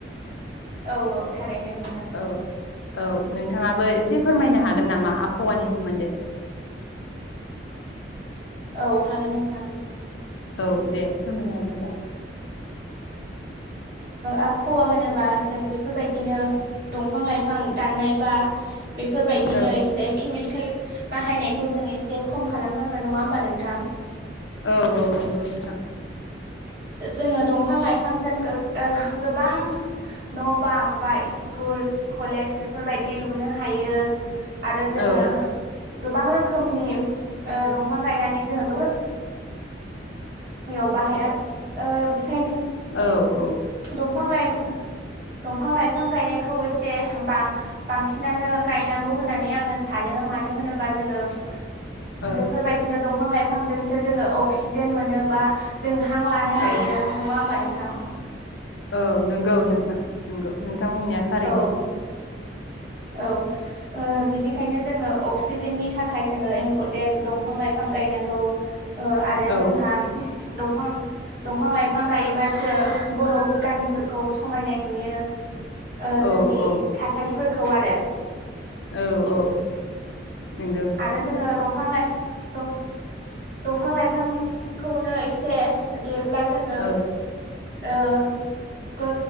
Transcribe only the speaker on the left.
औ औ नोंथाङाबो एसे फोरमायनो हागोन नामा आबहावानि सोमोन्दै
औ दे फोरमायनो हदो होनबा
औ
औ औ नंगौ नोंथां
औ
औ औ।
ओ
औ
औ नंगौ नोंथां। नंगौ नों थां बुंनाया थारैनो
औ
औ औ
औ औ। नंगौ
नोंथां
औ